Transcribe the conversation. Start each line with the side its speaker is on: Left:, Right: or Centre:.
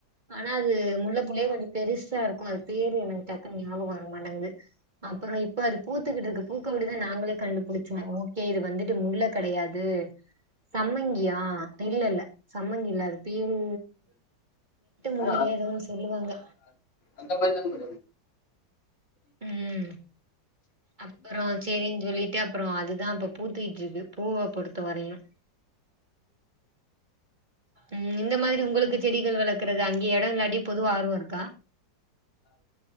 Right: ஆனா அது முல்ல பூவுலே வந் பெருசா இருக்கும் அது பேரு எனக்கு டக்குனு ஞாபகம் வரமாட்டேங்குது அப்புறம் இப்போ அது பூத்துக்கிட்டு இருக்கு பூக்கவிட்டு தான் நாங்களே கண்டுபிடிச் சோம் ஓகே இது வந்துட்டு முல்ல கிடையாது சம்மங்கியா இல்ல இல்ல சம்மங்கி இல்ல அது பேரு முல்லையா
Left: அ
Right: ஏதோ ஒன்னு சொல்லுவாங்க
Left: அந்த மாதிரி தான்
Right: உம் அப்புறம் செரின்னு சொல்லிட்டு அப்புறம் அதுதான் இப்ப பூத்திக்கிட்டிருக்கு பூவ பொறுத்த வரையும் உம் இந்த மாதிரி உங்களுக்கு செடிகள் வளர்க்கறது அங்கே இடம் இல்லாட்டியும் பொதுவா ஆர்வம் இருக்கா